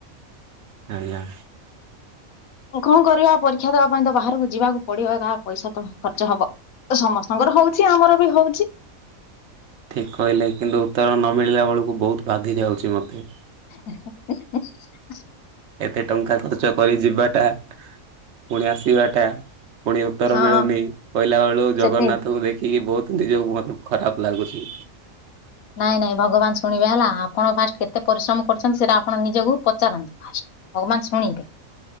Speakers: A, on the right; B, on the left.
A: ଆଜ୍ଞା।
B: କଣ କରିବା ପରୀକ୍ଷା ଦେବା ପାଇଁ ତ ବାହାରକୁ ଯିବାକୁ ପଡିବ। କାହା ପଇସା ତ ଖର୍ଚ୍ଚ ହବ। ତ ସମସ୍ତଙ୍କର ହଉଛି ଆମର ବି ହଉଛି।
A: ଠିକ କହିଲେ କିନ୍ତୁ ଉତ୍ତର ନ ମିଳିଲା ବେଳକୁ ବହୁତ ବାଧି ଯାଉଚି ମତେ।
B: ହେଁ ହେଁ ହେଁ ହେଁ।
A: ଏତେ ଟଙ୍କା ଖର୍ଚ୍ଚ କରି ଯିବାଟା ପୁଣି ଆସିବାଟା। ପୁଣି ଉତ୍ତର
B: ହଁ
A: ମିଳୁନି। କହିଲା ବେଳୁକୁ
B: ସେଠି
A: ଜଗନ୍ନାଥଙ୍କୁ ଦେଖିକି ବହୁତ ତ ନିଜକୁ ମତେ ଖରାପ ଲାଗୁଛି।
B: ନାଇଁ ନାଇଁ ଭଗବାନ ଶୁଣିବେ ହେଲା। ଆପଣ ଫାଷ୍ଟ କେତେ ପରିଶ୍ରମ କରିଚନ୍ତି। ସେଟା ଆପଣ ନିଜକୁ ପଚାରନ୍ତୁ ଫାଷ୍ଟ। ଭଗବାନ ଶୁଣିବେ।